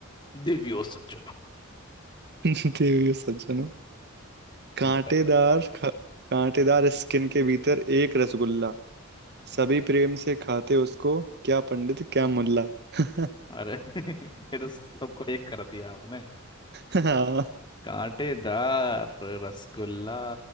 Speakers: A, on the left; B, on the right.
A: दिव्यो सज्जनों
B: <laughs> देवियों सज्जनों कांटेदार
A: बताइए
B: खा, कांटेदार स्किन के भीतर एक रसगुल्ला सभी प्रेम से खाते उसको क्या पंडित क्या मुल्ला <laughs>
A: अरे <laughs> ये तो सबको एक कर दिया आपने
B: हाँ
A: कांटेदार रसगुल्ला